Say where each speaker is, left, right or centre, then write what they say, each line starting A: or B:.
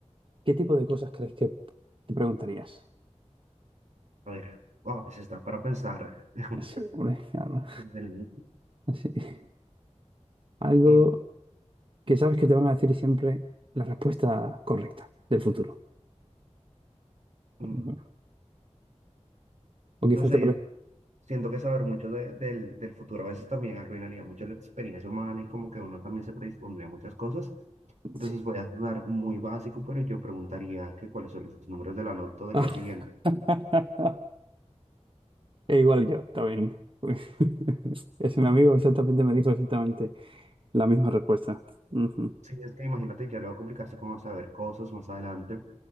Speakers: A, on the right; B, on the right.
A: ¿qué tipo de cosas crees que te preguntarías?
B: A ver, wow, pues está para pensar <laughs>
A: Sí, <laughs> hombre, claro.
B: desde el inicio.
A: Sí. Algo
B: Mm,
A: que sabes que te van a decir siempre la respuesta correcta del futuro.
B: mm,
A: Ujú. O quizás
B: No sé,
A: te
B: yo
A: pre...
B: siento que saber mucho de- del, del futuro a veces también arruinaría mucho la experiencia humana y como que uno también se predispondría a muchas cosas. Entonces
A: Sí.
B: voy a sonar muy básico, pero yo preguntaría que cuáles son los números de la nota del
A: <laughs>
B: día siguiente.
A: E igual yo también. <laughs> Es un amigo exactamente me dijo exactamente. La misma respuesta. Ujú.
B: Sí, es que imagínate, ya luego complicarse con saber cosas más adelante.